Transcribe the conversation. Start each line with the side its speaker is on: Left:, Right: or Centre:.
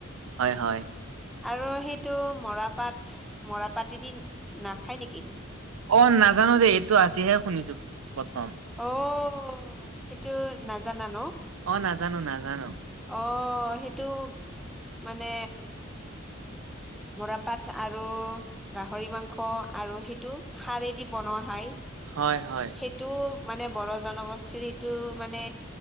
Right: হয় হয়
Centre: আৰু সেইটো মৰাপাট মৰাপাট এদি নাখায় নেকি?
Right: অ' নাজানো দেই এইটো আজিহে শুনিছো প্ৰথম
Centre: অ' সেইটো নাজানা ন।
Right: অ নাজানো নাজানো।
Centre: আহ সেইটো মানে মৰাপাট আৰু গাহৰি মাংস আৰু সেইটো খাৰেদি বনোৱা হয়।
Right: হয় - হয়।
Centre: সেইটো মানে বড় জনগোষ্ঠীৰ এইিটো মানে